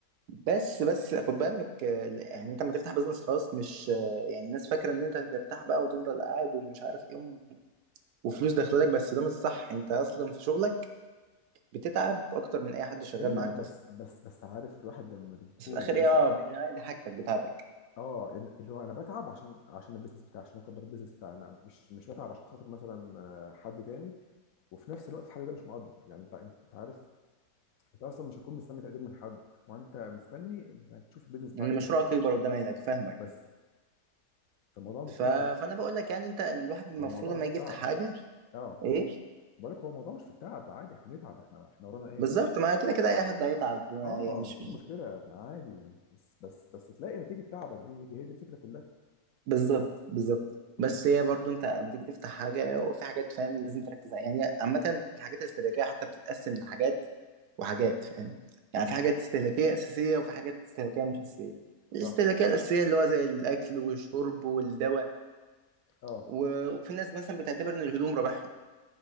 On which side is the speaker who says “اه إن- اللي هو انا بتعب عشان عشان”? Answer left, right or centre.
Left